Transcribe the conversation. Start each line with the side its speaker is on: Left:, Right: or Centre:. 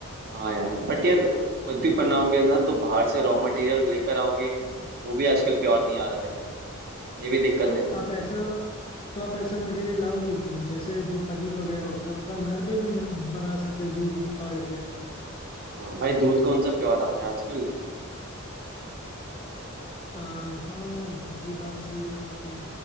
Right: हाँ यार बट यार खुद भी बनाओगे ना तो बाहर से रॉ मटेरियल लेकर आओगे वो भी आजकल प्योर नहीं आ रहा है ये भी दिक्कत
Left: तो
Right: है
Left: आप ऐसा तो आप ऐसा मटेरियल लाओगे क्यों जैसे जो पनीर वगैरह होता है वो तो आप घर पे भी न- बना सकते हो दूध दूध फाड़ के
Right: हाँ भाई दूध कौन सा प्योर आता है आजकल
Left: आ, हाँ वो भी बात सही है आपकी